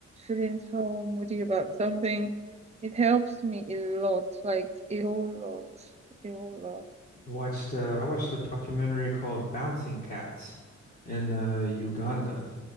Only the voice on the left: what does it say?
I watched uh, I watched a documentary called Bouncing Cats in uh, Uganda.